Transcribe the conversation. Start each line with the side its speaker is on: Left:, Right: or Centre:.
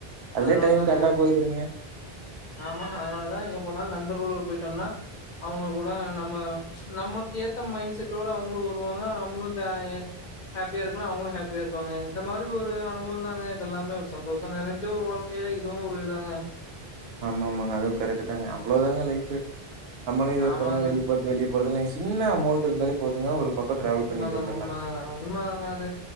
Right: அதுலே
Left: அதனால
Right: டைம்
Left: தாங்க
Right: கரெக்டா போயிருதுங்க
Left: ஆமாங்க அதனாலதான் எங்க போனாலும் நண்பர்களும் போயிட்டோம்னா அவங்க கூட நம்ம நமக்கு ஏத்த மைண்ட் செட்டோட அவங்களும் வருவாங்க நம்மளும் ஜ ஹாப்பியா இருக்கலாம் அவங்களும் ஹாப்பியா இருப்பாங்க இந்த மாதிரி ஒரு அனுபவம் தாங்க இதெல்லாமே ஒரு சந்தோஷம் நெறைஞ்ச ஒரு வாழ்க்கையில இதுவும் ஒரு இதாங்க
Right: ஆமா ஆமாங்க அதுவும் கரெக்ட் தாங்க அவ்வளவுதாங்க லைஃப் நம்மளு எப்பங்க
Left: ஆமாங்க.
Right: வெளிய போறது சின்ன அமௌண்ட் இருந்தாலே போதுங்க ஒரு பக்கம் டிராவல்
Left: உண்மதாங்க
Right: பண்ணிட்டு வந்துரலாங்க.
Left: உண்ம தாங்க உண்ம தாங்க அது